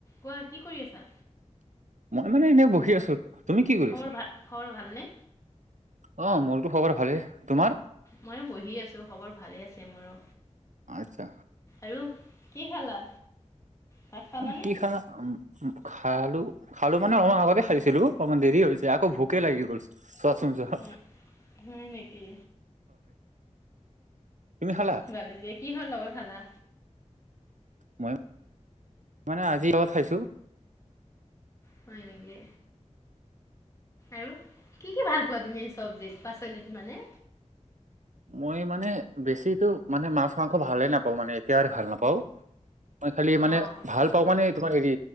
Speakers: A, on the left (about 25°); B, on the right (about 80°).
A: কোৱা কি কৰি আছা?
B: মই মানে এনেই বহি আছো তুমি কি কৰি
A: খবৰ
B: আছা
A: ভাল খবৰ ভালনে?
B: অ মোৰতো খবৰ ভালেই। তোমাৰ?
A: ময়ো বহি আছো খবৰ ভালে আছে মোৰো।
B: আচ্ছা,
A: আৰু কি খালা ভাত খালানে?
B: কি খানা, উম। খালো, খালো মানে অলমান আগতে খাইছিলো। অকমান দেৰি হৈ হৈছে আকৌ ভোকে লাগি গল। ছোৱা চোন ছোৱা।
A: হয় হয় নেকি?
B: তুমি খালা?
A: ভালে দিয়ে কি হল লগত খালা?
B: মই মানে আজি লগত খাইছো।
A: হয় এনেকে আৰু কি কি ভাল পোৱা তুমি চব্জিত পাচলিত মানে?
B: মই মানে বেছিটো মানে মাছ মাংস ভালে নাপাওঁ মানে একেবাৰে ভাল নাপাওঁ। মই খালি মানে
A: অঁ
B: ভাল পাও তোমাৰ হেৰি